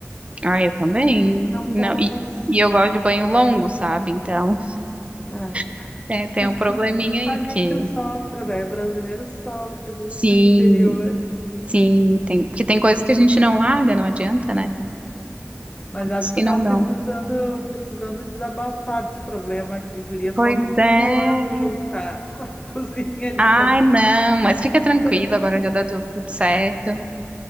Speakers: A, on the right (about 25°); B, on the left (about 20°).
A: Ah, eu também.
B: Não
A: Não,
B: posso.
A: e, e eu gosto de banho longo, sabe? Então,
B: É. É. <laughs>
A: <laughs> é, tem um probleminha aí,
B: A
A: porque.
B: gente sofre, né? Brasileiro sofre do,
A: Sim.
B: do exterior.
A: Sim, tem, porque tem coisas que a gente não larga, não adianta, né?
B: É. Mas acho
A: os
B: que
A: que
B: eu
A: não
B: tava
A: dão.
B: precisando, precisando desabafar desse problema aqui, guria. Só
A: Pois
B: me vi
A: é.
B: voando junto com a, com a <laughs> cozinha ali
A: Ai,
B: quando,
A: não, mas fica tranquila,
B: quando eu meti.
A: agora já deu tudo certo.